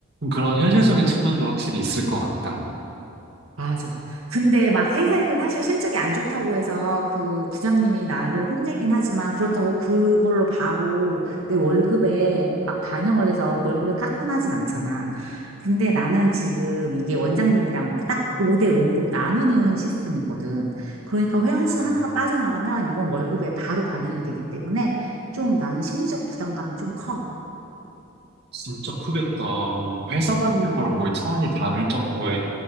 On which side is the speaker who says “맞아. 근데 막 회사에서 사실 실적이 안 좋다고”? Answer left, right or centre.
Right